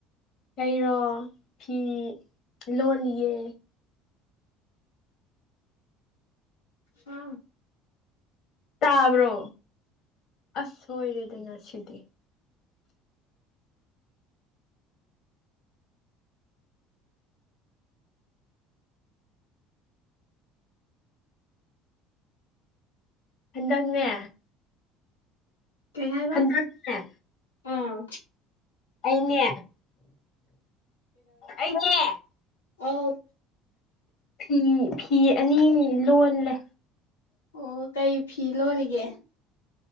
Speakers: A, on the left; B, on the left.
A: ꯀꯩꯔꯣ ꯐꯤ ꯂꯣꯜꯂꯤꯑ
B: ꯍ
A: ꯇꯥꯕ꯭ꯔꯣ ꯑꯁ ꯁꯣꯏꯔꯦꯗꯅ ꯁꯤꯗꯤ ꯍꯗꯅꯦ
B: ꯀꯩ ꯍꯥꯏꯕ
A: ꯍꯟꯗꯔ
B: ꯑꯥ
A: ꯑꯩꯅꯦ ꯑꯩꯅꯦ
B: ꯑꯐ
A: ꯐꯤ ꯐꯤ ꯑꯅꯤ ꯂꯣꯜꯂꯦ
B: ꯑꯣ ꯀꯩ ꯐꯤ ꯂꯣꯔꯤꯒꯦ